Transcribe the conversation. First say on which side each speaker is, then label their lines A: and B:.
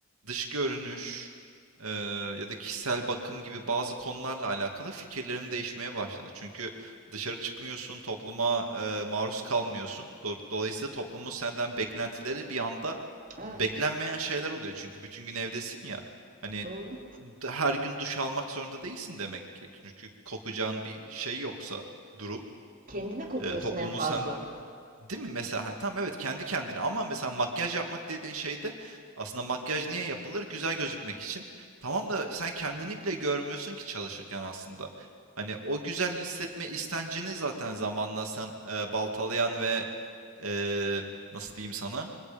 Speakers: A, on the right; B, on the right.
A: dış görünüş e, ya da kişisel bakım gibi bazı konularla alakalı fikirlerim değişmeye başladı. Çünkü dışarı çıkmıyorsun, topluma e, maruz kalmıyorsun. Do- Dolayısıyla toplumun senden beklentileri bir anda
B: Evet,
A: beklenmeyen şeyler oluyor. Çünkü bütün gün evdesin ya. Hani
B: doğru.
A: d- her gün duş almak zorunda değilsin demek ki. Çünkü kokacağın bir şey yoksa durum
B: Kendine kokuyorsun
A: e, toplumu
B: en fazla.
A: sen değil mi mesela ha, tamam evet kendi kendine ama mesela makyaj yapmak dediğin şey de aslında makyaj niye yapılır? Güzel gözükmek için. Tamam da sen kendini bile görmüyorsun ki çalışırken aslında. Hani o güzel hissetme istencini zaten zamanla sen e, baltalayan ve e, nasıl diyeyim sana